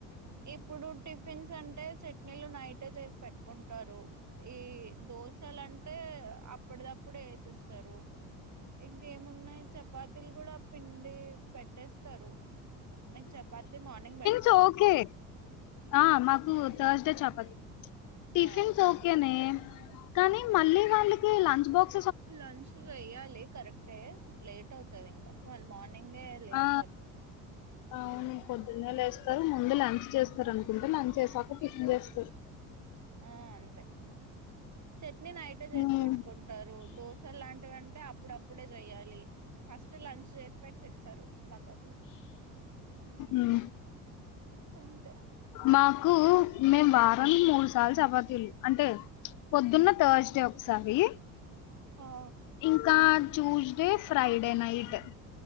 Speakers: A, on the right; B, on the left.
A: ఇప్పుడు టిఫిన్స్ అంటే చట్నీలు నైటే చేసి పెట్ కుంటారు ఈ దోశలంటే అప్పడిదప్పుడే వేసిస్తారు ఇంకేమున్నాయి చపాతీలు కూడా పిండి పెట్టేస్తారు మేం చపాతి మార్నింగ్ బడెత్
B: చోకే ఆ మాకు థర్స్డే చపత్ టిఫిన్స్
A: ఆ
B: ఓకే నే కానీ మళ్ళీ వాళ్ళకి లంచ్ బాక్స్
A: లంచ్ చేయ్యాలి కరెక్టే లేట్ అవుతది ఇంకా వాళ్ళు మార్నింగ్ నింగే లేస్తర్
B: ఆ! అవును పొద్దున్నే లేస్తారు ముందు లంచు చేస్తరునుకుంట లంచేసాక టిఫిన్ జేస్తారు
A: ఆ అంతే చెట్నీనైటే జేసి
B: హ్మ్.
A: పెట్ట్కుంటారు దోశ లాంటివి అంటే అప్పుడప్పుడే జెయ్యాలి ఫస్ట్ లంచ్ చేసి పెట్టెస్తారు పక్కకి
B: మ్
A: అంతే
B: మాకు మేం వారానికి మూడు సార్లు చపాతీల్ అంటే పొద్దున్న థర్స్ డే ఒకసారి
A: హో
B: ఇంకా చూస్డే ఫ్రైడే నైటు